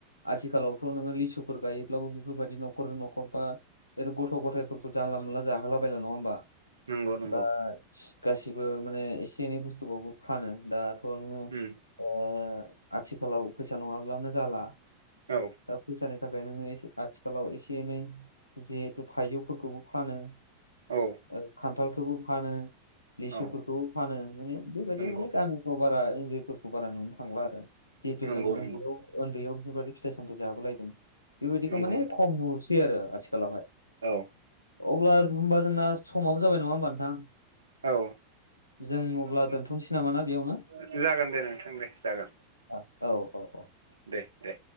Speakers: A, on the left (about 85°); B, on the right (about 75°).
A: आथिखालावथ' नोङो लिसु फोर गायोब्लाबो बेफोरबायदि न'खर न'खर बा ओरै गथ' गथायफोरखौ जानला मोनला जाहोलाबायला नङा होमबा?
B: नंगौ नंगौ
A: दा गासिबो माने एसे एनै बुस्थुबाबो फानो। दा <unintelligible>
B: उम
A: ओ आथिखालाव फैसा नङाब्लानो जाला
B: औ।
A: दा फैसानि थाखाय नोङो एसे आथिखालाव एसे एनै जिहेथु थाइजौफोरखौबो फानो।
B: औ।
A: ओ खान्थालखौबो फानो लिसुफोरखौबो
B: औ
A: फानो माने बेबायदि
B: नंगौ
A: माने गामि खौ बारा उन्दैफोरखौ बारा नुनो थांला आरो जिहेथु
B: नंगौ
A: जों
B: नंगौ
A: उन्दैयाव उन्दैयाव बिफोरबादि फिथाइ सामथाइ जाबोलायदों। बेबायदिखौ
B: नंगौ
A: माने खम नुसै आरो आथिखालावहाय।
B: औ‌
A: अब्ला होमबा जोंना समाबो जाबाय नङा होमबा नोंथां।
B: औ।
A: जों अब्ला
B: <inaudible>
A: दोनथ'नोसै नामा ना बेयावनो
B: जागोन दे नोंथां दे जागोन।
A: औ औ औ।
B: दे दे।